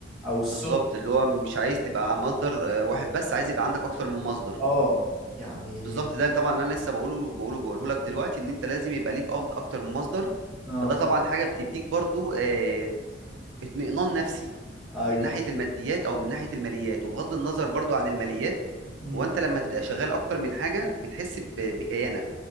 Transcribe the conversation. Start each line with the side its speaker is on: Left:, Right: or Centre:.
Centre: او الصبح
Right: بالظبط اللي هو مش عايز تبقى مصدر آه، واحد بس عايز يبقى عندك أكتر من مصدر
Centre: اه يعني
Right: بالظبط ده اللي طبعا اللي أنا لسه بقوله بقوله بقوله لك دلوقتي إن أنت لازم يبقى ليك أفضل أكتر من مصدر
Centre: اه
Right: فده طبعا حاجة بتديك برضو آه، اطمئنان نفسي
Centre: ايوه
Right: من ناحيه الماديات او من ناحيه الماليات وبغض النظر برضو عن الماليات
Centre: امم
Right: هو انت لما تبقى شغال اكتر من حاجه بتحس ب- بكيانك